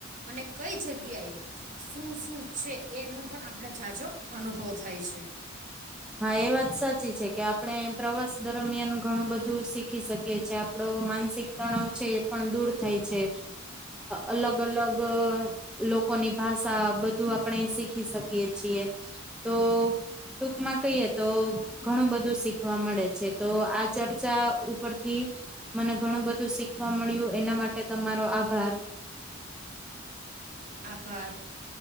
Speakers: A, on the right; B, in the centre.
A: અને કઈ જગ્યાએ શું શું છે એનો પણ આપણે જાજો અનુભવ થાય છે.
B: હા એ વાત સાચી છે કે આપણે પ્રવાસ દરમિયાન ઘણું બધું શીખી શકીએ છે, આપડો માનસિક તણાવ છે એ પણ દૂર થાય છે, અલગ અલગ લોકોની ભાષા બધું આપણે શીખી શકીએ છીએ. તો ટુક માં કહીએ તો ઘણું બધું શીખવા મળે છે. તો આ ચર્ચા ઉપરથી મને ઘણું બધું શીખવા મળ્યું એના માટે તમારો આભાર.
A: આભાર.